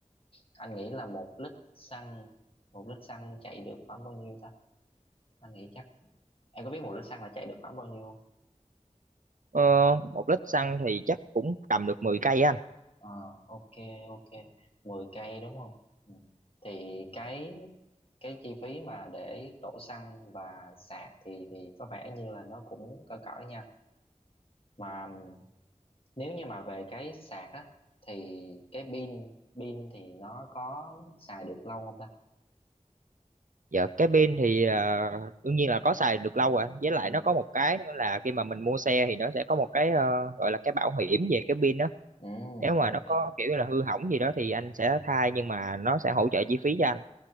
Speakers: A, on the left; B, on the right.
A: anh nghĩ là một lít xăng một lít xăng chạy được khoảng bao nhiêu ta anh nghĩ chắc em có biết một lít xăng là chạy được khoảng bao nhiêu
B: Ờ, một lít xăng thì chắc cũng tầm được 10 cây á anh.
A: Ờ, ok ok 10 cây đúng không ừ. thì cái cái chi phí mà để đổ xăng và sạc thì thì có vẻ như là nó cũng cỡ cỡ nha mà ừm, nếu như mà về cái sạc á thì cái pin pin thì nó có xài được lâu không ta
B: Dạ cái pin thì à, đương nhiên là có xài được lâu rồi với lại
A: ừ
B: nó có một cái nữa là khi mà mình mua xe thì nó sẽ có một cái ờ, gọi là cái bảo hiểm về cái pin đó
A: ừ
B: nếu mà
A: ok
B: nó có kiểu như là hư hỏng gì đó thì anh sẽ thay nhưng mà nó sẽ hỗ trợ chi phí cho anh